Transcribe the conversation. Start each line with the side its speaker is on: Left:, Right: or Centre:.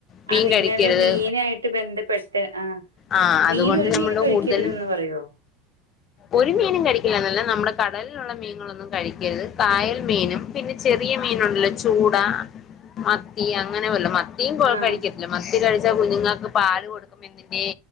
Left: മീൻ
Right: ആഹ് നിങ്ങള്
Left: കഴിക്കരുത്
Right: മീനായിട്ട് ബന്ധപ്പെട്ട് ആഹ്
Left: ആ
Right: മീൻ
Left: അതുകൊണ്ട്
Right: ഒരു
Left: നമ്മള്
Right: മീനും കഴിക്കർതന്
Left: കൂടുതലും
Right: പറയോ
Left: ഒരു മീനും കഴിക്കില്ലന്നല്ല നമ്മുടെ കടൽലുള്ള മീനുകളൊന്നും കഴിക്കരുത് കായൽ മീനും പിന്നെ ചെറിയ മീനുണ്ടല്ലോ ചൂട, മത്തി അങ്ങനെ വല്ലോം മത്തിയും പോലെ
Right: ആഹ്
Left: കഴിക്ക ല്ല മത്തി കഴിച്ച കുഞ്ഞുങ്ങൾക്ക് പാല് കൊടുക്കുമ്പൊ ന്തിന്റെ